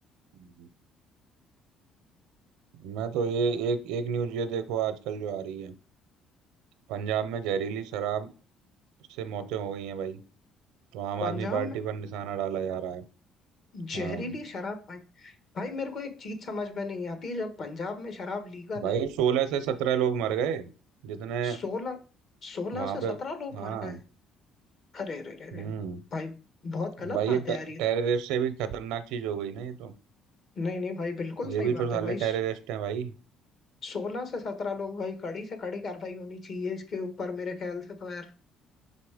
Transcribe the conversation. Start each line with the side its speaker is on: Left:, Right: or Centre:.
Right: हाँ। मैं तो ये एक एक न्यूज ये देखो आजकल जो आ रही है पंजाब में जहरीली शराब से मौतें हो गई हैं भाई तो आम
Left: पंजाब
Right: आदमी पार्टी
Left: में
Right: पर निशाना डाला जा रहा है हाँ
Left: जहरीली शराब भाई भाई मेरे को एक चीज समझ में नहीं आती जब पंजाब में शराब लीगल
Right: भाई
Left: है
Right: सोलह से सत्रह लोग मर गए जितने
Left: सोलह सोलह
Right: वहां
Left: से
Right: पे
Left: सत्रह लोग
Right: हाँ
Left: मर गए अरे अरे अरे अरे
Right: हम्म
Left: भाई बहुत गलत
Right: भाई
Left: बात
Right: ये टे-
Left: है यार ये
Right: टेररिस्ट से भी खतरनाक चीज हो गई ना ये तो
Left: नहीं नहीं भाई बिल्कुल सही
Right: ये भी
Left: बात
Right: तो
Left: है
Right: साले
Left: भाई
Right: टेररिस्ट हैं भाई
Left: सोलह से सत्रह लोग भाई कड़ी से कड़ी कार्रवाई होनी चाहिए इसके ऊपर मेरे ख्याल से तो यार